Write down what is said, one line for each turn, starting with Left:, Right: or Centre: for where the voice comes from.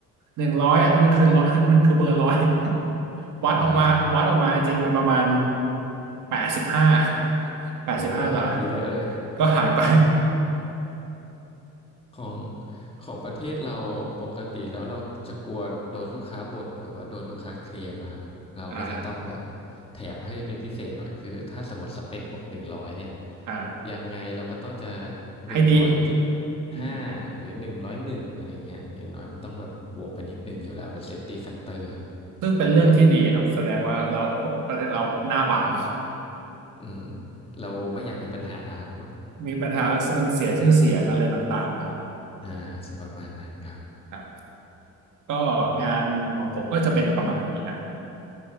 Right: หนึ่งร้อยมันคือร้อย <laughs> มันคือเบอร์ร้อยวัดออกมาวัดออกมาจริงมันประมาณ
Left: อ่า
Right: แปดสิบห้าแปดสิบห้าหลา
Left: โอ้หายไปเยอะเลย
Right: ก็หายไป
Left: ของของประเทศเราปกติแล้วเราจะกลัวโดนลูกค้าบ่นหรือว่าโดนลูกค้าเคลมอะครับเราก็จะต้องแบบ
Right: <laughs> อ่า
Left: แถมให้เป็นพิเศษหน่อยคือถ้าสมมติสเปคบอกหนึ่งร้อยเนี่ย
Right: อ่า
Left: ยังไงเราก็ต้องจะหนึ่งร้อยจุด
Right: ให้ดีอืม
Left: ห้าหรือหนึ่งร้อยหนึ่งอะไรเงี้ยอย่างน้อยมันต้องแบบบวกไปนิดนึงอยู่แล้วเป็นเซฟตี้แฟกเตอร์ครับ
Right: ซึ่งเป็นเรื่องที่ดีครับแสดงว่าเราประเทศเราหน้าบาน
Left: อืมเราไม่อยากมีปัญหาครับ
Right: มีปัญหามันเสียชื่อเสียงอะไรต่างๆนะครับ
Left: <laughs> อ่าจะประมาณนั้นครับ
Right: ครับก็งานของผมก็จะเป็นประมาณนี้ครับ
Left: อืม